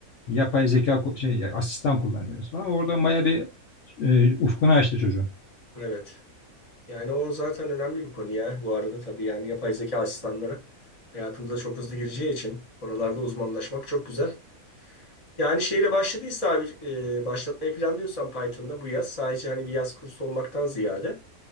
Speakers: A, on the left; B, on the left.
A: yapay zeka ku- şey ya, asistan kullanıyoruz falan. Orada maya bir e, ufkunu açtı çocuğun.
B: Evet. Yani o zaten önemli bir konu ya. Bu arada tabii yani yapay zeka asistanları hayatımıza çok hızlı gireceği için oralarda uzmanlaşmak çok güzel. Yani şeyle başladıysa abi e, başlatmayı planlıyorsan Python'da bu yaz sadece hani bir yaz kursu olmaktan ziyade